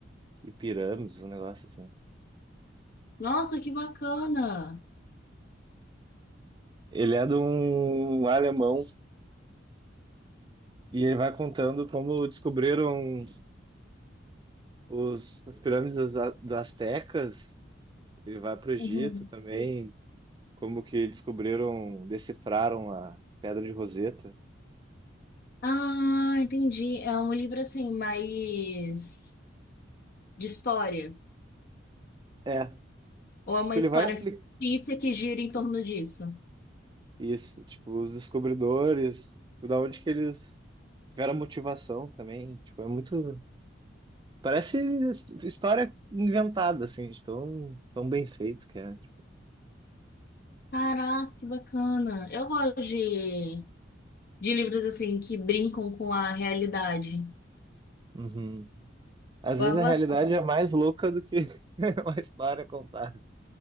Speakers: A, on the right (about 25°); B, on the left (about 55°).
A: e Pirâmides, um negócio assim.
B: Nossa, que bacana!
A: Ele é de um alemão e ele vai contando como descobriram Os, as pirâmides das, das Astecas, ele vai para o Egito
B: Uhum.
A: também, como que descobriram, decifraram a Pedra de Roseta.
B: Ah, entendi. É um livro assim, mais de história.
A: É,
B: Ou é uma
A: tipo, ele
B: história
A: vai explicar
B: fictícia que gira em torno disso?
A: isso, tipo, os descobridores, tipo, da onde que eles tiveram a motivação também, tipo, é muito... Parece his- história inventada, assim, de tão, tão bem feito que é. tipo,
B: Caraca, que bacana. Eu gosto de, de livros assim que brincam com a realidade.
A: uhum. Às
B: Gosto
A: vezes a
B: bastante.
A: realidade é mais louca do que <laughs> uma história contada.